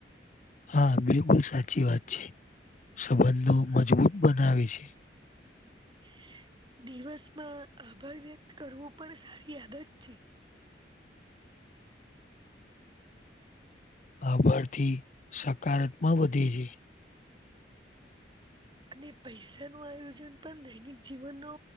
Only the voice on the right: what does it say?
<inaudible> દિવસમાં આભાર વ્યક્ત કરવું પણ સારી આદત છે.
અને પૈસા નું આયોજન પણ દૈનિક જીવનનો